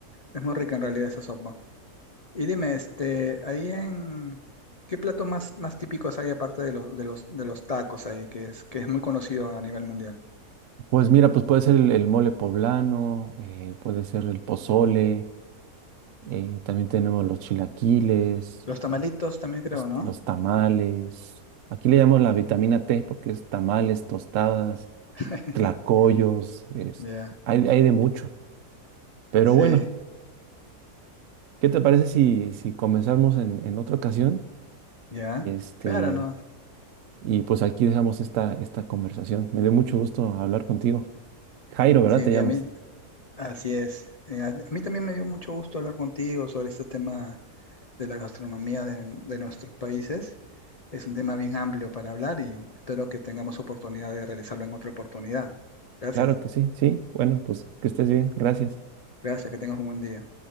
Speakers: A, on the left; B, on the right.
A: es muy rica en realidad esa sopa. Y dime, este, ahí en, ¿qué platos más, más típicos hay aparte de, los de los, de los tacos ahí, que es, que es muy conocido a nivel mundial?
B: Pues mira, pues puede ser el, el mole poblano, eh, puede ser el pozole, eh, también tenemos los chilaquiles,
A: Los tamalitos también creo,
B: los,
A: ¿no?
B: los tamales. Aquí le llamamos la vitamina T porque es tamales, tostadas,
A: <laughs>
B: tlacoyos, es-
A: Ya,
B: hay, hay de mucho. Pero
A: Sí,
B: bueno, ¿Qué te parece si, si comenzamos en, en otra ocasión?
A: ya.
B: Este,
A: Claro, ¿no?
B: y pues aquí dejamos esta, esta conversación. Me dio mucho gusto hablar contigo. Jairo, ¿verdad?
A: Sí,
B: Te llamas.
A: a mí. Así es. Eh, a, a mí también me dio mucho gusto hablar contigo sobre este tema de la gastronomía de, de nuestros países. Es un tema bien amplio para hablar y espero que tengamos oportunidad de realizarlo en otra oportunidad. Gracias.
B: Claro que sí, sí. Bueno, pues que estés bien. Gracias.
A: Gracias, que tengas un buen día.